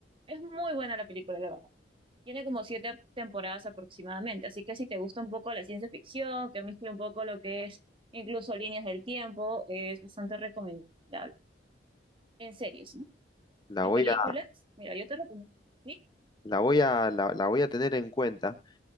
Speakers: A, on the right; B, on the left.
A: Es muy buena la película, la verdad. Tiene como siete temporadas aproximadamente, así que si te gusta un poco la ciencia ficción, que mezcla un poco lo que es incluso líneas del tiempo, es bastante recomendable. En series, ¿no?
B: La
A: En
B: voy
A: películas,
B: a,
A: mira, yo te lo pongo. ¿Sí?
B: la voy a, la, la voy a tener en cuenta.